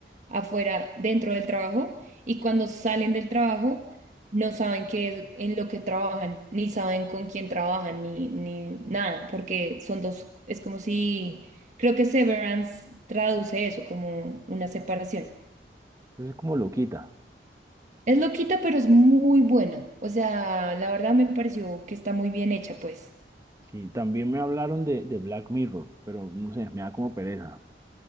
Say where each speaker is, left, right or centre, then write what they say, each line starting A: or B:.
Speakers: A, on the right; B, on the right.
A: afuera, dentro del trabajo, y cuando salen del trabajo no saben qué es en lo que trabajan, ni saben con quién trabajan, ni, ni nada, porque son dos, es como si Creo que Severance traduce eso como una separación.
B: Entonces es como loquita.
A: Es loquita, pero es muy buena. O sea, la verdad me pareció que está muy bien hecha, pues.
B: Sí, también me hablaron de, de Black Mirror, pero no sé, me da como pereza.